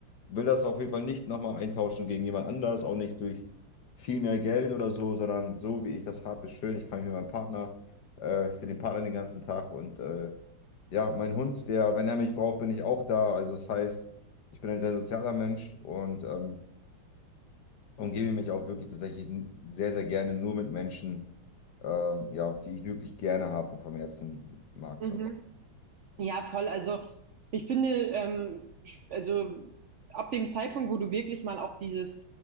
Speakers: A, on the left (about 60°); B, on the right (about 70°).
A: will das auf jeden Fall nicht nochmal eintauschen gegen jemand anders, auch nicht durch viel mehr Geld oder so, sondern so, wie ich das habe, ist schön. Ich kann mich mit meinem Partner, äh, ich sehe den Partner den ganzen Tag und äh, ja, mein Hund, der, wenn er mich braucht, bin ich auch da. Also das heißt, ich bin ein sehr sozialer Mensch und ähm, umgebe mich auch wirklich tatsächlich n- sehr, sehr gerne nur mit Menschen, ähm, ja, die ich wirklich gerne habe und vom Herzen mag.
B: Mhm.
A: So.
B: Ja, voll. Also ich finde, ähm, sch- also ab dem Zeitpunkt, wo du wirklich mal auch dieses